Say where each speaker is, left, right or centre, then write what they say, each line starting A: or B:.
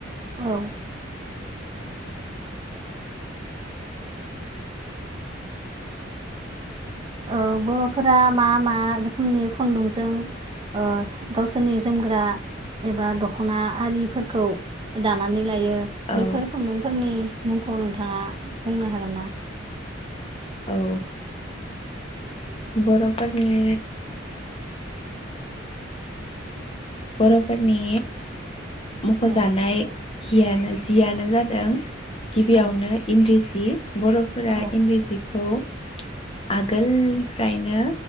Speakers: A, on the right; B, on the left.
A: औ अ बर'फोरा मा मा रोखोमनि खुन्दुंजों अ गावसोरनि जोमग्रा एबा दख'ना आरिफोरखौ दानानै लायो
B: औ
A: बेैफोर खुन्दुंफोरनि मुंखौ नोंथाङा बुंनो हागोन ना?
B: औ बर'फोरनि बर'फोरनि मख'जानाय
A: औ
B: हियानो जियानो जादों गिबियावनो
A: औ
B: इन्दि जि बर'फोरा
A: औ
B: इन्दिजिखौ आगोलनिफ्रायनो